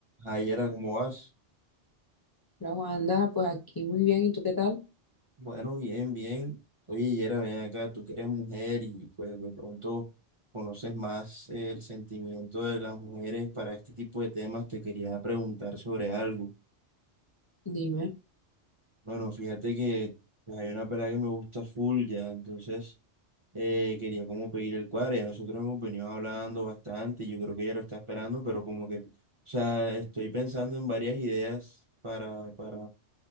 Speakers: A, on the right; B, on the left.
A: Ay, Yera, ¿cómo vas?
B: La Wanda, pues aquí muy bien, ¿y tú qué tal?
A: Bueno, bien, bien. Oye, Yera, ven acá, tú que eres mujer y pues de pronto conoces más eh, el sentimiento de las mujeres para este tipo de temas, te quería preguntar sobre algo.
B: Dime,
A: Bueno, fíjate que pues, hay una pelada que me gusta full ya, entonces eh, quería como pedir el cuadro, ya nosotros hemos venido hablando bastante, yo creo que ella lo está esperando, pero como que, o sea, estoy pensando en varias ideas para, para